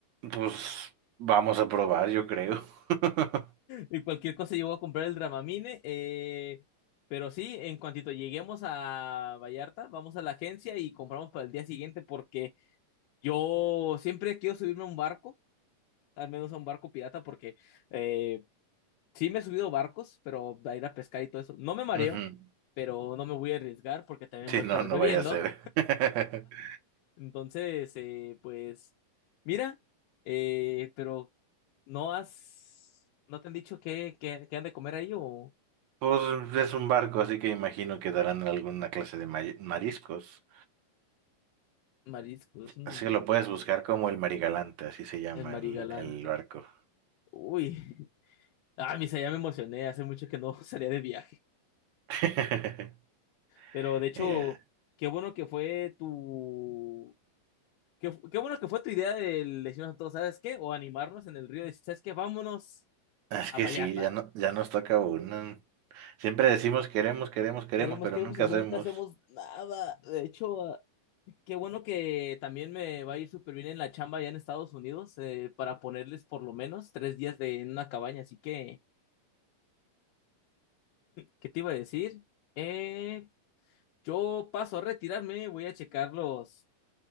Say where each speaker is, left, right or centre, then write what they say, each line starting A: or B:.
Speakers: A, on the right; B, on the left.
A: Pues vamos a probar, yo creo. <laughs>
B: Y cualquier cosa yo voy a comprar el Dramamine. eh, pero sí, en cuantito lleguemos a Vallarta, vamos a la agencia y compramos para el día siguiente porque yo siempre quiero subirme a un barco, al menos a un barco pirata, porque eh, sí me he subido barcos, pero a ir a pescar y todo eso. No me mareo,
A: Ujú.
B: pero no me voy a arriesgar porque también
A: Sí,
B: voy a
A: no,
B: estar
A: no
B: bebiendo.
A: vaya a ser. <laughs>
B: Entonces, eh, pues, mira, eh, pero ¿no has, no te han dicho qué, qué, qué han de comer ahí o...?
A: Pues es un barco, así que imagino que darán alguna clase de ma- mariscos.
B: Mariscos, mm,
A: Así que lo puedes buscar como el Marigalante, así se llama
B: el marigalante.
A: el, el barco.
B: Uy, <laughs> ah, misa, ya me emocioné, hace mucho que no <laughs> salía de viaje.
A: <laughs>
B: Pero de hecho,
A: Ya.
B: qué bueno que fue tu... Qué, fu- qué bueno que fue tu idea de decirnos a todos, ¿sabes qué? O animarnos en el río, decir, ¿sabes qué? Vámonos
A: Es
B: a
A: que
B: Vallarta.
A: sí, ya no, ya nos toca uno. Siempre decimos queremos, queremos, queremos,
B: Queremos,
A: pero
B: queremos
A: nunca
B: y nunca
A: hacemos.
B: hacemos nada. De hecho, ah, qué bueno que también me va a ir súper bien en la chamba allá en Estados Unidos eh, para ponerles por lo menos tres días de, en una cabaña. Así que, ¿qué te iba a decir? Eh, Yo paso a retirarme, voy a checar los